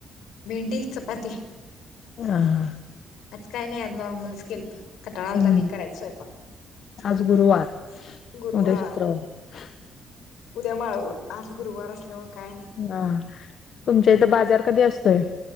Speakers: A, on the left; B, on the left.
A: भेंडी चपाती
B: हा हा
A: आज काय नाही आ नॉर्मलच केल तर कटाळा आल
B: हम्म
A: तली करायचं स्वयंपाक
B: आज गुरुवार
A: गुरुवार
B: उद्या शुक्रवार
A: उद्या माळ आज गुरुवार असल्यामुळे काय नाही.
B: हा तुमच्या इथं बाजार कधी असतोय